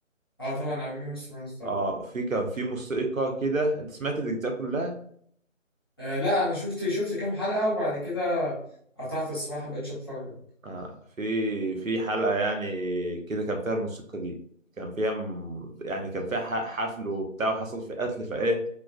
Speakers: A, on the left; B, on the right.
A: اه طبعا على جيم اوف ثرونز طبعا
B: اه في كان في موسيقى كده انت سمعت الاجزاء كلها
A: آه لا انا شفت شفت كام حلقة وبعد كده قطعت الصراحة مبقتش اتفرج
B: آه في في حلقة يعني كده كان فيها الموسيقى دي كان فيها م- يعني كان فيها ح- حفل وبتاع وحصل في قتل فايه